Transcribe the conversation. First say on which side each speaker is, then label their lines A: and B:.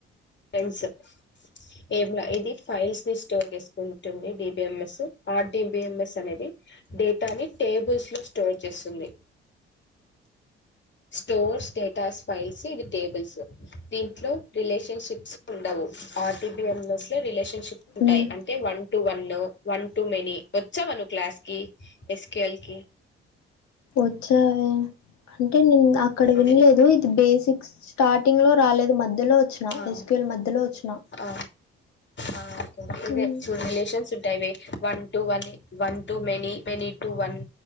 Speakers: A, on the left; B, on the left.
A: ఫెండ్స్ ఇట్ ఏం ల్యా ఇది ఫైల్స్ ని స్టోర్ చేసుకుంటుంది D B M S R D B M S అనేది డేటాని టేబుల్స్ లో స్టోర్ చేస్తుంది స్టోర్స్ డేటాస్ ఫైల్స్ ఇది టేబుల్స్ దీంట్లో రిలేషన్షిప్స్ ఉండవు ఆర్టీబిఎంఎస్ లో రిలేషన్ షిప్ ఉంటాయి
B: ఉమ్
A: అంటే one to one one to many వచ్చావా నువ్వు క్లాస్ కి ఎస్ క్యూ ఎల్ కి
B: వచ్చా అంటే నేను అక్కడ వినలేదు
A: అదే
B: బేసిక్స్ స్టార్టింగ్ లో రాలేదు మధ్యలో వచ్చినా
A: ఆ
B: ఎస్ క్యు ఎల్ మధ్యలో వచ్చిన
A: ఆ ఆ ఓకే ఇదే
B: ఉమ్
A: టూ రిలేషన్స్ ఉంటాయి ఇవి one to one one to many many to one